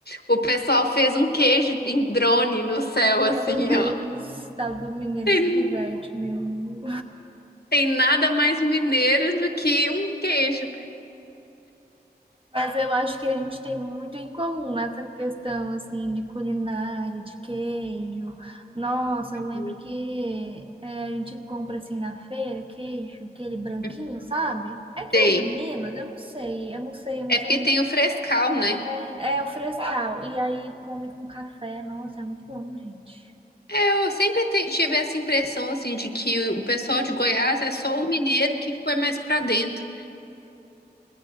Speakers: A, on the left (about 75°); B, on the right (about 30°).
A: O pessoal fez um queijo em drone no céu,
B: meu
A: assim,
B: Deus,
A: ó.
B: o estado do Mineiro
A: Tem
B: se diverte mesmo.
A: Tem nada mais mineiro do que um queijo.
B: Mas eu acho que a gente tem muito em comum nessa questão, assim, de culinária, de queijo. Nossa,
A: Uhum.
B: eu lembro que é, a gente compra, assim, na feira, queijo, aquele branquinho,
A: uhum.
B: sabe? É queijo
A: Sei.
B: Minas? Eu não sei, eu não sei, eu não
A: É
B: sou
A: porque
B: muito...
A: tem o frescal, né?
B: É, é o frescal. E aí come com café. Nossa, é muito bom, gente.
A: É, Eu sempre te- tive essa impressão, assim, de que o pessoal de Goiás é só o mineiro que foi mais pra dentro.